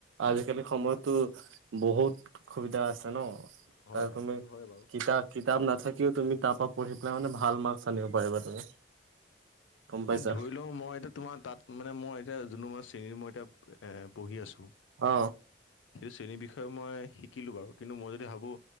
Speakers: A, on the right (about 85°); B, on the left (about 75°).
A: আজিকালি সময়তটো বহুত সুবিধা আছে ন'।
B: হয়
A: আৰু
B: হয়
A: তুমি,
B: সেইটো হয় বাৰু
A: কিতাপ কিতাপ নাথাকিও তুমি তাৰ পঢ়ি পেলাই মানে, ভাল মাৰ্ক আনিব পাৰিবা তুমি। গম পাইছা
B: এ, ধৰি লওঁ মই এতিয়া তোমাৰ তাত মানে, মই এতিয়া যোনো মই চিঙী <unintelligible> মই এতিয়া এ পঢ়ি আছো।
A: অ
B: <unintelligible> শ্ৰেণীৰ বিষয়ে মই শিক কিলো বাৰু, কিন্তু মই যদি ভাবোঁ